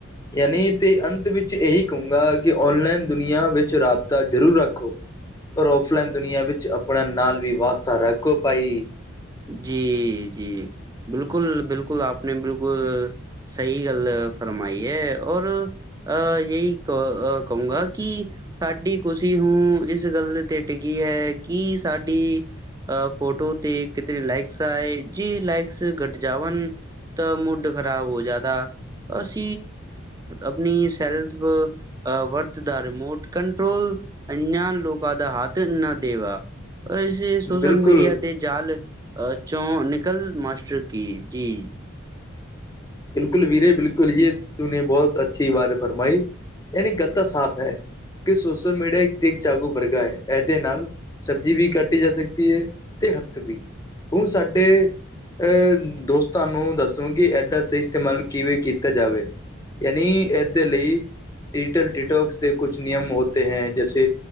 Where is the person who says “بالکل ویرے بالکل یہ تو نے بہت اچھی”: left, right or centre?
Left